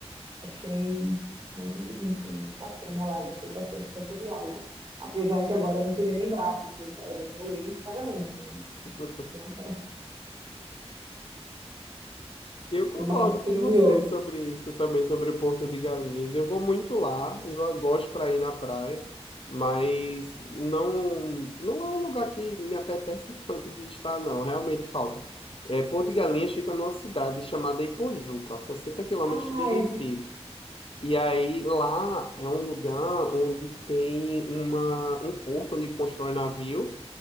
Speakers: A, on the right (about 45°); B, on the left (about 55°).
A: Achei muito bonito, muito bacana lá, gostei bastante dessa viagem. Apesar que agora eu não queria lembrar, porque já é do meu ex-casamento, né?
B: <laughs>
A: Então,
B: eu
A: <laughs>
B: concordo
A: meu marido que
B: com
A: nomeou.
B: você sobre isso também, sobre Porto de Galinhas. Eu vou muito lá, eu gosto para ir na praia, mas não, não é um lugar que me apetece <laughs> tanto de estar, não. Realmente falta. É, Porto de Galinhas fica numa cidade chamada Ipojuca, a 60 quilômetros
A: Ai,
B: de Recife. E aí lá é um lugar onde tem uma, um porto onde constrói navio